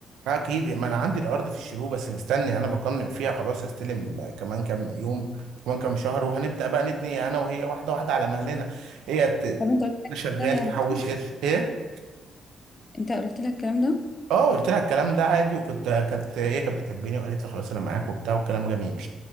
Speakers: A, on the right (about 80°); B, on the left (about 35°).
A: اكيد ما انا عندي الارض في الشروق بس مستني انا بقنن فيها خلاص هستلم كمان كام يوم كمان كام شهر وهنبدا بقى نبني انا وهي واحده واحده على مهلنا هي ت...
B: طب انت قلت لها الكلام
A: شغال
B: ده هي
A: تحوش
B: عرفته
A: قرش ايه
B: انت قلت لها الكلام ده
A: اه قلت لها الكلام ده عادي وكنت كانت هي كانت بتحبني وقالت لي خلاص انا معاك وبتاع والكلام جميل